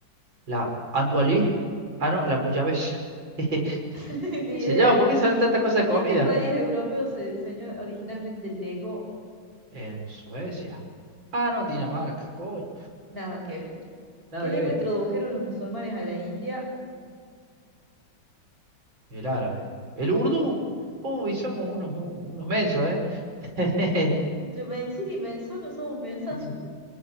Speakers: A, on the right; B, on the right.
A: La andoualie. Ah, no, la bouillabaisse. <laughs>
B: <laughs> Ni
A: qué sé
B: idea.
A: yo, ¿por qué sale tanta cosa de comida?
B: ¿En qué país europeo se diseñó originalmente el Lego?
A: En Suecia. Ah, no, Dinamarca, coño.
B: Nada que ver.
A: Nada
B: ¿Qué lengua
A: que ver.
B: introdujeron los musulmanes a la India?
A: El árabe. El urdú. Uy, somos unos, unos mensos, ¿eh? <laughs>
B: Entre Benzín y Benzón no somos mensazos.
A: Sí,